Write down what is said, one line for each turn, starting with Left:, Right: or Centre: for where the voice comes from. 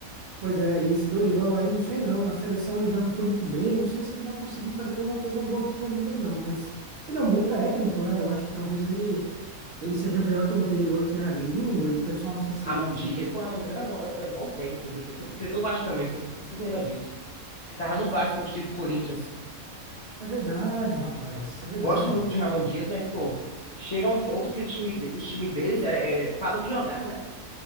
Right: Pois é, e esse Dorival aí, não sei não, na seleção ele já não foi muito bem, não sei se ele vai conseguir fazer alguma coisa boa pro Corinthians não, mas ele é um bom técnico, né? Eu acho que talvez ele ele seja melhor que o anterior, que era gringo, e o pessoal não sei se
Left: Ramon
Right: ia muito.
Left: Dias. Pô, Ramon Dias era bom, era, era um bom técnico. Ele tre- Treinou o Vasco também, você não você não se lembra disso. Tava no Vasco antes de ir pro Corinthians.
Right: É verdade, rapaz, é verdade.
Left: Gosto muito de Ramon Dias, mas, pô, chega um ponto que o time de- os times deles é, é, param de jogar, né?